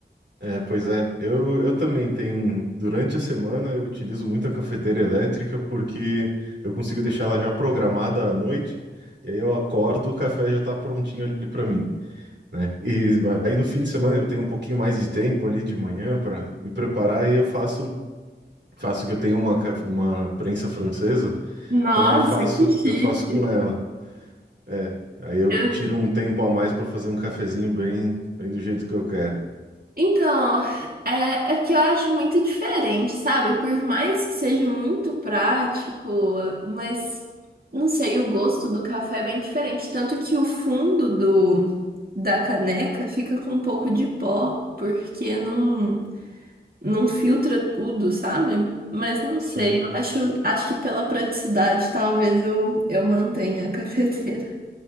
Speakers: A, on the right; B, on the right.
A: É, pois é, eu, eu também tenho. Durante a semana eu utilizo muito a cafeteira elétrica porque eu consigo deixar ela já programada à noite, e aí eu acordo, o café já tá prontinho ali para mim, né? E aí no fim de semana eu tenho um pouquinho mais de tempo ali de manhã para me preparar e eu faço. Faço que eu tenho uma, ca- uma prensa francesa,
B: Nossa,
A: então eu faço,
B: que chique!
A: eu faço com ela. É, aí eu
B: Eu-
A: tiro um tempo a mais para fazer um cafezinho bem, bem do jeito que eu quero.
B: Então, é, é que eu acho muito diferente, sabe? Por mais que seja muito prático, mas não sei, o gosto do café é bem diferente. Tanto que o fundo do, da caneca fica com um pouco de pó, porque não. não filtra tudo, sabe? Mas não
A: Sim,
B: sei, eu acho, acho que pela praticidade talvez eu, eu mantenha a <laughs> cafeteira.